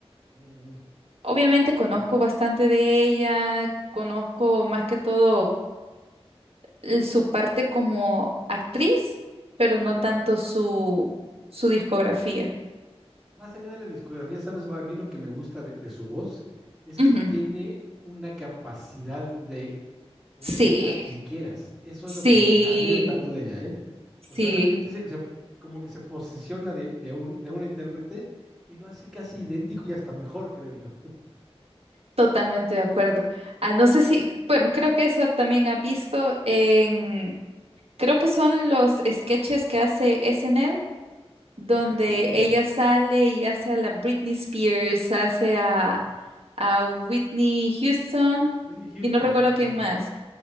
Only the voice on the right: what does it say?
Obviamente conozco
bastante de ella, conozco más que todo. l- su parte como actriz, pero no
tanto su, su discografía.
Ujú.
Sí,
sí,
sí,
totalmente de acuerdo. Ah, no sé si, bueno, creo que eso también ha visto en, creo que son los sketches que hace SNL, donde
ella
sale y hace a la Britney Spears, hace a,
a Whitney Houston
y no recuerdo
quién más.